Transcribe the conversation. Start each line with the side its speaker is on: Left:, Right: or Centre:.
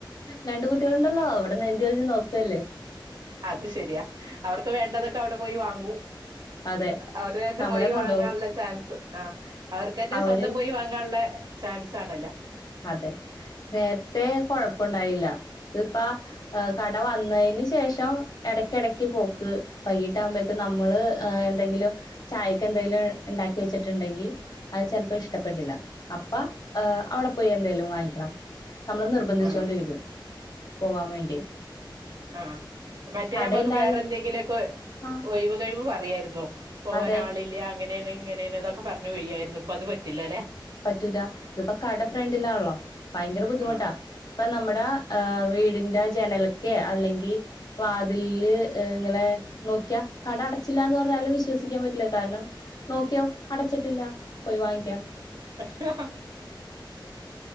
Left: രണ്ട് കുട്ടികളുണ്ടല്ലോ അവിടന്ന് എന്തി കഴിഞ്ഞ് നോക്കല്ലേ
Right: അത് ശരിയാ അവർക്ക് വേണ്ടതൊക്കെ അവിടെ പോയി വാങ്ങൂ
Left: അതെ
Right: അവർ തന്നെ
Left: നമ്മളെ
Right: പോയി
Left: കൊണ്ടോവും
Right: വാങ്ങാനുള്ള ചാൻസ് ആ അവർക്ക് തന്നെ
Left: അവര്
Right: സ്വന്തം പോയി വാ ങ്ങള്ള ചാൻസ് ആണല്ലോ
Left: അതെ നേരത്തെ കൊഴപ്പണ്ടായില്ല ഇതിപ്പ ആ കട വന്നേന് ശേഷം എടക്കെടക്ക് പോക്ക് വൈകീട്ടാകുമ്പോക്കും നമ്മള് എന്തെങ്കിലും ചായക്കെന്തെങ്കിലും ണ്ടാക്കി വെച്ചിട്ടുണ്ടെങ്കി അത് ചെൽപ്പോ ഇഷ്ടപ്പെടില്ല അപ്പ അവിടെ പോയി എന്തേലും വാങ്ങിക്കണം നമ്മൾ നിർബന്ധിച്ചോണ്ടിരിക്കും
Right: ആ
Left: പോവാൻ വേണ്ടി
Right: ആ മറ്റേ
Left: കടയില്ലാതെ
Right: അമ്മക്ക് വേറെ എന്തെങ്കിലുക്കെ
Left: ആഹ്
Right: ഒഴിവ് കഴിവ് പറയായിരുന്നു പോവാൻ
Left: അതെ
Right: ആളില്ല ഇങ്ങനേണ് ഇങ്ങനെണ് ന്നോക്കെ പറഞ്ഞ് ഒയ്യായിരുന്നു പ്പൊത് പറ്റില്ല ല്ലെ
Left: പറ്റൂല ഇതിപ്പോ കട ഫ്രണ്ടിലാള്ളോ ഭയങ്കര ബുദ്ധിമുട്ടാ
Right: ആ
Left: ഇപ്പൊ നമ്മുടെ ആ വീടിന്റെ ജനൽക്കെ അല്ലെങ്കി വാതിൽല് ഇങ്ങനെ നോക്ക്യാ കട അടച്ചില്ലന്ന് പറഞ്ഞാലും വിശ്വസിക്കാൻ പറ്റില്ല കാരണം നോക്കിയോ അടച്ചിട്ടില്ല പോയി വാങ്ങിക്കാം
Right: <unintelligible>